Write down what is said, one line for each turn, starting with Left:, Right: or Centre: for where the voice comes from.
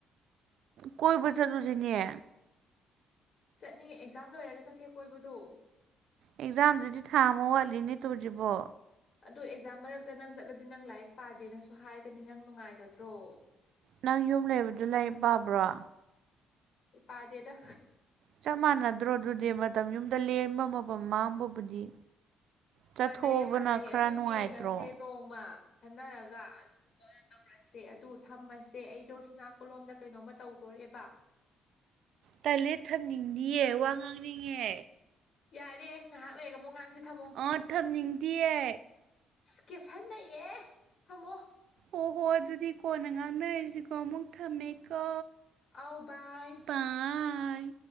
Right: ꯀꯣꯏꯕ ꯆꯠꯂꯨꯁꯤꯅꯦ
Left: ꯆꯠꯅꯤꯡꯉꯦ ꯑꯦꯛꯖꯥꯝ ꯂꯣꯏꯔꯒ ꯆꯠꯁꯦ ꯀꯣꯏꯕꯗꯣ
Right: ꯑꯦꯛꯖꯥꯝꯗꯨꯗꯤ ꯊꯥꯝꯃꯣ ꯋꯥꯠꯂꯤꯅꯦ ꯇꯧꯗ꯭ꯔꯤꯕꯣ
Left: ꯑꯗꯨ ꯑꯦꯛꯖꯥꯝ ꯃꯔꯛꯇ ꯅꯪ ꯆꯠꯂꯗꯤ ꯅꯪ ꯂꯥꯏꯔꯤꯛ ꯄꯥꯗꯦꯅꯁꯨ ꯍꯥꯏꯒꯅꯤ ꯅꯪ ꯅꯨꯡꯉꯥꯏꯒꯗ꯭ꯔꯣ
Right: ꯅꯪ ꯌꯨꯝ ꯂꯩꯕꯗꯨ ꯂꯥꯏꯔꯤꯛ ꯄꯥꯕ꯭ꯔꯣ
Left: ꯄꯥꯗꯦꯗ
Right: ꯆꯞ ꯃꯥꯟꯅꯗ꯭ꯔꯣ ꯑꯗꯨꯗꯤ ꯃꯇꯝ ꯌꯨꯝꯗ ꯂꯦꯟꯕ ꯃꯇꯝ ꯃꯥꯡꯕꯕꯨꯗꯤ ꯆꯠꯊꯣꯛꯑꯕꯅ
Left: ꯃꯥꯟꯅꯩꯌꯦ ꯃꯥꯟꯅꯩꯌꯦ
Right: ꯈꯔ
Left: ꯑꯗꯨ
Right: ꯅꯨꯡꯉꯥꯏꯇ꯭ꯔꯣ
Left: ꯌꯦꯡꯉꯁꯦ ꯅꯣꯡꯃ ꯈꯟꯅꯔꯒ ꯑꯗꯨ ꯑꯗꯨꯒ ꯑꯣꯏꯅ ꯇꯧꯔꯁꯦ ꯑꯗꯨ ꯊꯝꯃꯁꯦ ꯑꯩꯗꯣ ꯁꯨꯅꯥ ꯀꯣꯂꯣꯝꯗ ꯀꯩꯅꯣꯝꯃ ꯇꯧꯗꯣꯔꯦꯕ
Right: ꯇꯥꯏꯂꯦ ꯊꯝꯅꯤꯡꯗꯤꯌꯦ ꯋꯥ ꯉꯥꯡꯅꯤꯡꯉꯦ
Left: ꯌꯥꯔꯦ ꯉꯥꯏꯍꯥꯛ ꯂꯩꯔ ꯑꯃꯨꯛ ꯉꯥꯡꯁꯤ ꯊꯝꯃꯣ
Right: ꯑꯣ ꯊꯝꯅꯤꯡꯗꯤꯌꯦ
Left: ꯀꯦꯁꯟꯅꯩꯌꯦ ꯊꯝꯃꯣ
Right: ꯑꯣꯍꯣ ꯑꯗꯨꯗꯤ ꯀꯣꯟꯅ ꯉꯥꯡꯅꯔꯤꯁꯤꯀꯣ ꯑꯃꯨꯛ ꯊꯝꯃꯦꯀꯣ
Left: ꯑꯥꯎ ꯕꯥꯏ
Right: ꯅꯥꯏꯠ